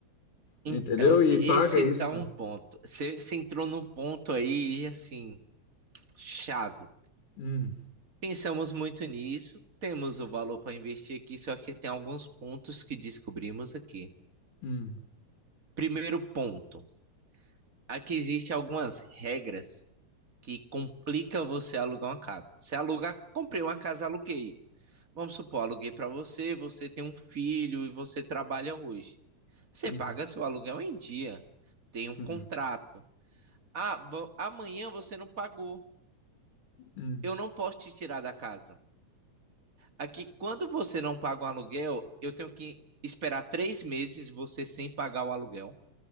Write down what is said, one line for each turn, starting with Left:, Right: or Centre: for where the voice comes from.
Right: Então,
Left: entendeu? E
Right: esse
Left: paga isso.
Right: tá um ponto. Você entrou num ponto aí, assim, Chave.
Left: Hum,
Right: Pensamos muito nisso, temos o valor para investir aqui, só que tem alguns pontos que descobrimos aqui.
Left: hum,
Right: Primeiro ponto, aqui existem algumas regras que complicam você alugar uma casa. Se alugar, comprei uma casa, aluguei. Vamos supor, aluguei para você, você tem um filho e você trabalha hoje. Você
Left: hum,
Right: paga seu aluguel em dia, tem
Left: sim.
Right: um contrato. Ah, vo- amanhã você não pagou.
Left: Hum,
Right: Eu não posso te tirar da casa. Aqui, quando você não paga um aluguel, eu tenho que esperar três meses você sem pagar o aluguel.